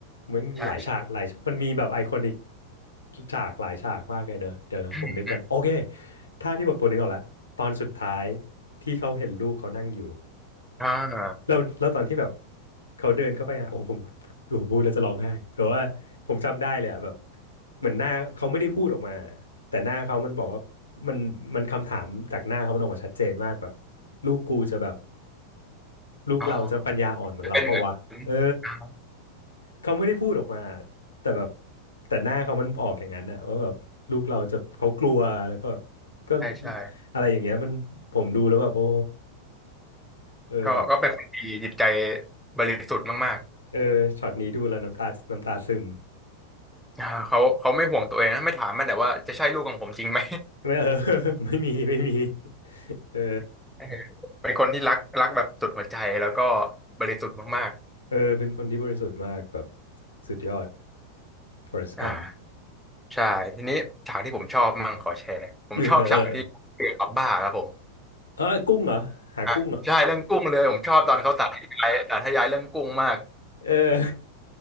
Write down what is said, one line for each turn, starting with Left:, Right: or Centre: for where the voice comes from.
Left: มันหลายฉากหลายฉากมันมีแบบไอคอนิก
Centre: ใช่ใช่
Left: ฉากหลายฉากมากเลยเนอะเดี๋ยวนะผมนึกกันโอเค
Centre: อืมอืม
Left: ถ้าที่ผมผมนึกออกแล้วตอนสุดท้ายที่เขาเห็นลูกเขานั่งอยู่
Centre: อ่า
Left: แล้วแล้วตอนที่แบบเขาเดินเข้าไปหาโอ้โหผมผมพูดแล้วจะร้องไห้เพราะว่าผมจำได้เลยอะแบบเหมือนหน้าเขาไม่ได้พูดออกมาแต่หน้าเขามันบอกว่ามันมันคำถามจากหน้าเขามันออกมาชัดเจนมากแบบลูกกูจะแบบลูกเราจะปัญญาอ่อนเหมือนเราเพราะวะเออ
Centre: อ๋อเป็นเหมือนอ่า
Left: เขาไม่ได้พูดออกมาแต่แบบแต่หน้าเขามันออกอย่างนั้นน่ะว่าแบบลูกเราจะเขากลัวแล้วก็แบบก็
Centre: ใช่ใช่
Left: อะไรอย่างเงี้ยมันผมดูแล้วแบบโอ้เออแบบ
Centre: ก็ก็เป็นคนดีจิตใจบริสุทธิ์มาก
Left: เออช็อตนี้ดูแล้วน้ำตาน้ำตาซึม
Centre: ๆอ่าเขาเขาไม่ห่วงตัวเองนะไม่ถามมันแต่ว่าจะใช่ลูกของผมจริงไหม
Left: ไม่ <laughs> เออ <laughs> ไม่มีไม่มีเออ
Centre: <laughs> เออ <laughs> เป็นคนที่รักรักแบบสุดหัวใจแล้วก็บริสุทธิ์มาก
Left: เออเป็นคนที่บริสุทธิ์มากแบบสุดยอด Forrest
Centre: ๆอ่า
Left: Gump
Centre: ใช่ทีนี้ฉากที่ผมชอบมั่งขอแชร์ผมชอบฉากที่เกี่ยวกับบ้าครับผม
Left: เออเออเออเออกุ้งเหรอหากุ้งเหรอ
Centre: อ่ะใช่เรื่องกุ้งเลยผมชอบตอนเขาสาธยายสาธยายเรื่องกุ้งมาก
Left: <laughs> เออ